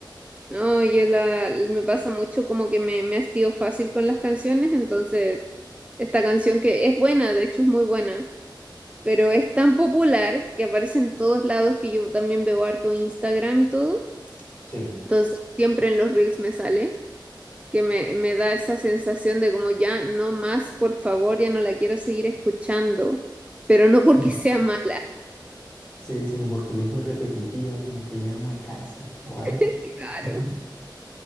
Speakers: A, on the right; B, on the left.
A: No, yo la, me pasa mucho como que me, me hastío fácil con las canciones, entonces esta canción que es buena, de hecho es muy buena, pero es tan popular que aparece en todos lados que yo también veo harto Instagram y todo,
B: Sí.
A: entonces siempre en los reels me sale, que me, me da esa sensación de como ya no más, por favor, ya no la quiero seguir escuchando, pero no porque
B: Mm.
A: sea mala,
B: Sí, sino porque ya es muy repetitiva, como que ya uno se cansa o algo.
A: <laughs> claro.
B: <laughs>